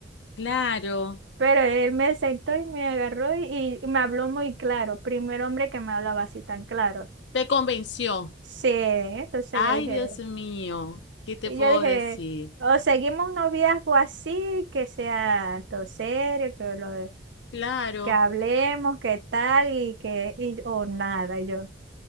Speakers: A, on the left; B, on the right.
A: Claro,
B: Pero él me sentó y me agarró y, y me habló muy claro. Primer hombre que me hablaba así tan claro.
A: te convenció.
B: Sí, entonces
A: Ay,
B: yo dije,
A: Dios mío, ¿qué te
B: y
A: puedo
B: yo dije,
A: decir?
B: o seguimos un noviazgo así, que sea todo serio, que lo,
A: Claro.
B: que hablemos, qué tal y que, y, o nada, y yo.